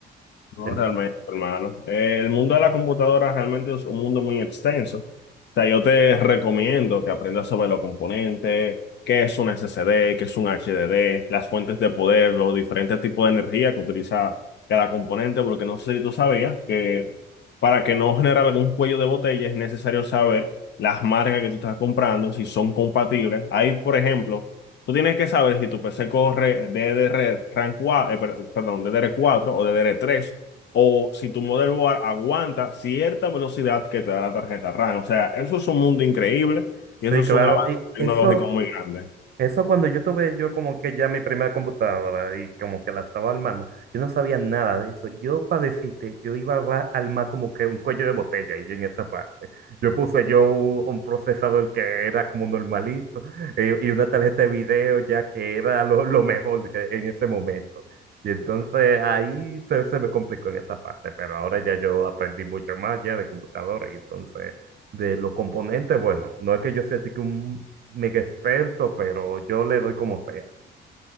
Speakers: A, on the left (about 60°); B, on the right (about 50°).
A: No,
B: En-
A: realmente, hermano. Eh, el mundo de la computadora realmente es un mundo muy extenso. O sea, yo te recomiendo que aprendas sobre los componentes, qué es un SSD, qué es un HDD, las fuentes de poder, los diferentes tipos de energía que utiliza cada componente, porque no sé si tú sabías que para que no generar algún cuello de botella es necesario saber las marcas que tú estás comprando, si son compatibles. Ahí, por ejemplo, Tú tienes que saber si tu PC corre DDR 4, perdón, DDR4 o DDR3 o si tu motherboard aguanta cierta velocidad que te da la tarjeta RAM. O sea, eso es un mundo increíble y
B: Sí,
A: eso es
B: claro.
A: un avance
B: Y
A: tecnológico
B: eso,
A: muy grande.
B: Eso cuando yo tuve yo como que ya mi primera computadora y como que la estaba armando, yo no sabía nada de eso. Yo para decirte, yo iba a ra- armar como que un cuello de botella y en esa parte. Yo puse yo u- un procesador que era como normalito eh, y, una tarjeta de video ya que era lo, lo mejor que- en ese momento. Y entonces ahí se, se me complicó en esa parte, pero ahora ya yo aprendí mucho más ya de computadora y entonces de los componentes, bueno, no es que yo sea tique un mega experto, pero yo le doy como sea.